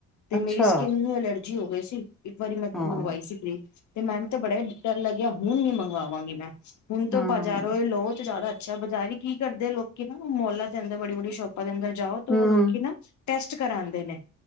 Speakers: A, on the left; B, in the centre.
A: ਤੇ
B: ਅੱਛਾ,
A: ਮੇਰੀ ਸਕਿੰਨ ਨੂੰ ਐਲਰਜੀ ਹੋ ਗਏ ਸੀ ਇੱਕ ਵਾਰੀ ਮੈਂ
B: ਹਾਂ,
A: ਮੰਗਵਾਈ
B: ਹਾਂ।
A: ਸੀ ਤੇ ਮੈਨੂੰ ਤੇ ਬੜਾ ਡਰ ਲੱਗਿਆ ਹੁਣ ਨੀ ਮੰਗਵਾਵਾਂਗੀ ਮੈਂ ਹੁਣ ਤਾਂ
B: ਹਾਂ।
A: ਬਾਜ਼ਾਰੋ ਹੀ ਲਵੋ ਤੇ ਜ਼ਿਆਦਾ ਅੱਛਾ ਬਾਜ਼ਾਰੀ ਕੀ ਕਰਦੇ ਲੋਕੀ ਨਾ ਮੋਲਾਂ ਤੇ ਆਂਦੇ ਬੜੀ ਬੜੀ ਸ਼ੋਪ ਆਪਾ ਅੰਦਰ ਜਾਓ, ਤਾਂ
B: ਹੂੰ,
A: ਉਹ ਲੋਕੀ ਨਾ ਟੈਸਟ ਕਰਾਦੇ ਨੇ,